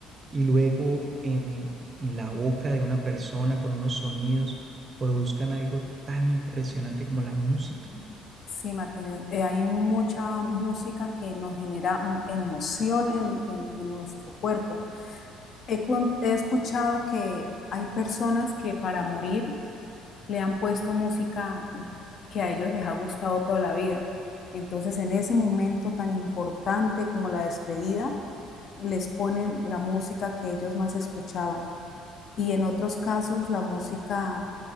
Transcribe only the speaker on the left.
Sí, Martínez, eh, hay mucha música que nos genera mm, emoción en, en- en nuestro cuerpo. He, con- he escuchado que hay personas que para morir le han puesto música que a ellos les ha gustado toda la vida. Entonces, en ese momento tan importante como la despedida, les ponen la música que ellos más escuchaban. y en otros casos la música